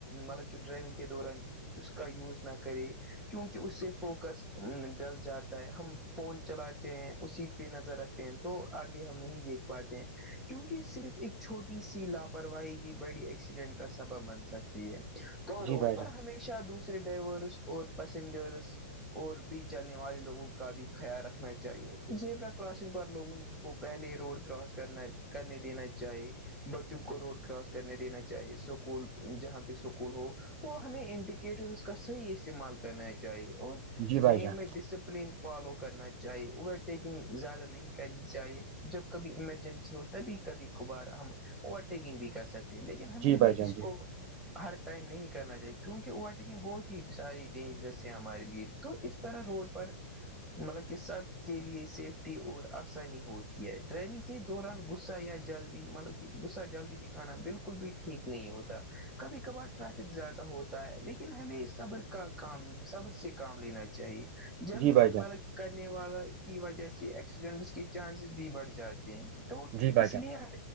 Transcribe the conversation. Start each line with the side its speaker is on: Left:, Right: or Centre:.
Centre: مطلب کہ ڈرائیونگ کے دوران اس کا یوز نہ کرے کیونکہ اس سے فوکس ڈل جاتا ہے ہم فون چلاتے ہیں اسی پہ نظر رکھتے ہیں تو آگے ہم نہیں دیکھ پاتے ہیں کیونکہ صرف ایک چھوٹی سی لاپرواہی بھی بڑی ایکسیڈنٹ کا سبب بن سکتی ہے تو روڈ
Right: بھائی
Centre: پر
Right: جان
Centre: ہمی ش دوسرے ڈائیورس اور پیسینجرس اور بی چلنے والے لوگوں کا بھی خیال رکھنا چاہیے زیبرا کراسنگ پر لوگوں کو پہلے روڈ کراس کرنا کرنے دینا چاہیے بچوں کو روڈ کراس کرنے دینا چاہی سکول جہاں پہ سکول ہو تو ہمیں انڈیکیٹر اس کا صحیح استعمال کرنا چاہیے اور
Right: جی
Centre: لین
Right: بھائی جان
Centre: میں ڈسپلین فالو کرنا چاہیے اوورٹیکنگ زیادہ نہیں کرنی چاہیے چاہے جب کبھی ایمرجنسی ہو تبھی کبھی کبار ہم اوورٹیکنگ بھی کر سکتے لیکن ہمیں
Right: جی
Centre: یہ
Right: بھائی جان
Centre: اس
Right: جی بھائی جان جی
Centre: کو ہر ٹائم نہیں کرنا چاہیے کیونکہ اوورٹیکنگ بہت ہی ساری ڈینجرس ہے ہمارے لیے تو اس اس طرح روڈ پر مطلب کہ سب کے لیے سیفٹی اور انی ہوتی ہے ڈرائیونگ کے دوران غصہ یا جلدی مطلب کہ غصہ جلدی دکھانا بالکل بھی ٹھیک نہیں ہوتا کبھی کبھار ٹریفک زیادہ ہوتا ہے لیکن ہمیں اس صبر کا کام سب سے کام لینا چاہیے جلدی
Right: جی بھائی
Centre: ملک
Right: جان
Centre: کرنے والا کی وجہ سے ایکسیڈنٹس کے چانسز بھی بڑھ جاتے تو
Right: جی بھائی
Centre: اس
Right: جان
Centre: لیے